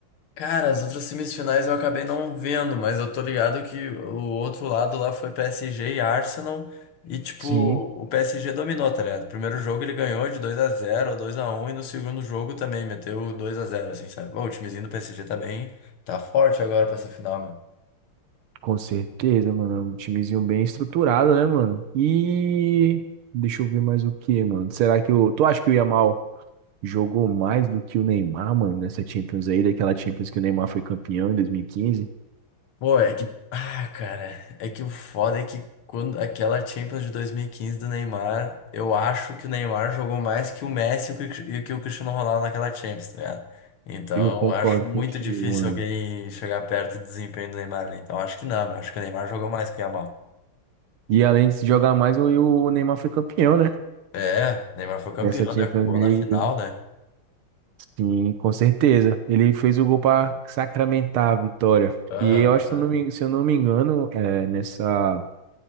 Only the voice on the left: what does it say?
Cara, as outras semifinais eu acabei não vendo, mas eu tô ligado que o outro lado lá foi PSG e Arsenal. E, tipo,
o PSG dominou, tá ligado? Primeiro jogo ele ganhou de dois a zero, dois a um e no segundo jogo também meteu dois a zero, assim, sabe? Bom, o timezinho do PSG tá bem, tá forte agora pra essa final,
Pô, é que. Ah, cara. É que o foda é que quando aquela Champions de 2015 do Neymar, eu acho que o Neymar jogou mais que o Messi e o Cri- e que o Cristiano Ronaldo naquela Champions, tá ligado? Então,
eu acho muito
difícil
alguém chegar perto do desempenho do Neymar ali. Então, eu acho que não, meu. Acho que o Neymar jogou mais que o Yamal.
É, o Neymar foi campeão,
né? Com gol
na final,
né?
Aham.
ah.